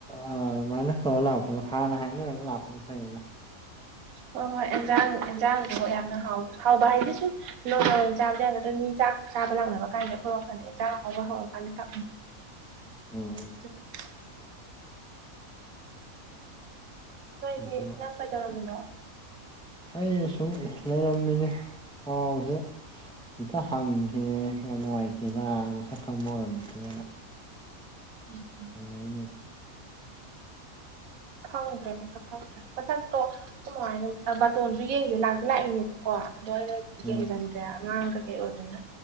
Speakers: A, in the centre; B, on the right (about 75°).
A: ꯑꯗꯨꯃꯥꯏꯅ ꯇꯧꯔ ꯂꯥꯛꯄꯗꯣ ꯍꯥꯟꯅ ꯍꯥꯏꯅꯔꯒ ꯂꯥꯛꯄ ꯑꯣ ꯐꯥꯏꯂ <unintelligible>
B: ꯍꯣꯏ-ꯍꯣꯏ ꯏꯟꯖꯥꯡ-ꯏꯟꯖꯥꯡꯗꯣ ꯌꯥꯝꯅ ꯍꯥꯎ-ꯍꯥꯎꯕ ꯍꯥꯏꯗꯤ ꯁꯨꯝ ꯅꯣꯔꯃꯜ ꯑꯣꯢꯅ ꯆꯥꯕꯗ ꯌꯥꯒꯗꯕ ꯃꯤ ꯆꯥꯛ ꯆꯥꯕ ꯂꯥꯛꯅꯕ ꯀꯥꯏꯅꯀꯣ ꯍꯦꯟꯖꯥꯡ ꯑꯍꯥꯎꯕ ꯍꯧꯔꯀꯥꯟꯗ ꯆ
A: ꯎꯝ
B: ꯎ <unintelligible> ꯅꯣꯏꯗꯤ
A: ꯑꯗꯨ
B: ꯅꯪ ꯀꯩꯗꯧꯔꯝꯃꯤꯅꯣ
A: ꯑꯩꯅ ꯁꯨꯝ ꯂꯩꯔꯝꯃꯤꯅꯦ ꯄꯥꯎꯁꯦ ꯑꯝꯇ ꯍꯪꯒꯦ ꯌꯥꯝ ꯅꯨꯡꯉꯥꯏꯇꯦꯗ ꯃꯁꯛ ꯈꯪꯕ ꯑꯣꯏꯔꯝꯃꯗꯤꯅ
B: ꯎꯝ <unintelligible>
A: ꯍꯅꯦ <unintelligible>
B: ꯈꯪꯗ꯭ꯔꯦ ꯃꯁꯛ ꯈꯪꯗ꯭ꯔꯦ ꯃꯁꯛꯇꯣ ꯀꯃꯥꯏꯅ ꯕꯥꯇꯣꯟꯁꯨ ꯌꯦꯡꯁꯦ ꯂꯥꯛ ꯂꯥꯛꯏꯅꯦꯕ ꯀꯣ ꯑꯗꯣ ꯑꯩꯅ
A: ꯎꯝ
B: ꯌꯦꯡꯁꯤꯟꯗ꯭ꯔꯦ ꯑꯉꯥꯡ ꯀꯩꯀꯩ ꯑꯣꯏꯕꯅ